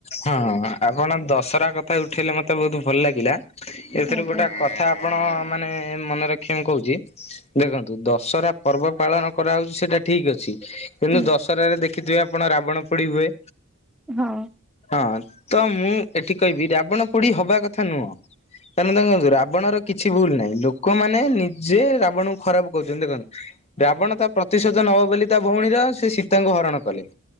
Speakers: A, on the left (about 30°); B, in the centre.
A: ହଁ ଆପଣ ଦଶହରା କଥା ଉଠେଇଲେ ମତେ ବହୁତ ଭଲ ଲାଗିଲା। ଏଥିରୁ
B: ଆଜ୍ଞା
A: ଗୋଟେ କଥା ଆପଣ ମାନେ ମନେ ରଖିଆକୁ କହୁଛି ଦେଖନ୍ତୁ ଦଶହରା ପର୍ବ ପାଳନ କରାହେଉଛି ସେଟା ଠିକ ଅଛି। କିନ୍ତୁ
B: ହଁ
A: ଦଶହରାରେ ଦେଖିଥିବେ ଆପଣ ରାବଣ ପୋଡି ହୁଏ।
B: ହଁ।
A: ହଁ ତ ମୁଁ ଏଠି କହିବି ରାବଣ ପୋଡି ହବା କଥା ନୁହଁ। କାରଣ ଦେଖନ୍ତୁ ରାବଣର କିଛି ଭୁଲ ନାହିଁ ଲୋକମାନେ ନିଜେ ରାବଣକୁ ଖରାପ କରୁଛନ୍ତି ଦେଖନ୍ତୁ ରାବଣ ତା ପ୍ରତିଶୋଧ ନବ ବୋଲି ତା ଭଉଣୀର ସେ ସୀତାଙ୍କୁ ହରଣ କଲେ।